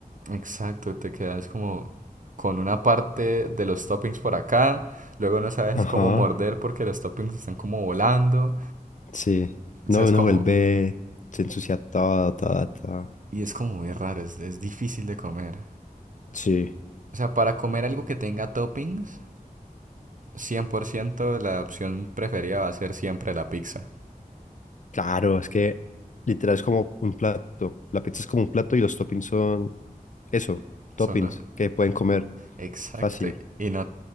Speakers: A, on the right; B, on the left.
A: Exacto, te quedas como con una parte de los toppings por acá, luego no sabes
B: Ajá,
A: cómo morder porque los toppings están como volando.
B: sí. No,
A: O sea, es
B: uno
A: como
B: vuelve, se ensucia todo, todo, todo.
A: Y es como muy raro, es, es difícil de comer.
B: Sí,
A: O sea, para comer algo que tenga toppings, 100% la opción preferida va a ser siempre la pizza.
B: claro, es que literal es como un plato. La pizza es como un plato y los toppings son eso, toppings
A: Son los...
B: que pueden comer
A: Exacto.
B: fácil.
A: Y no,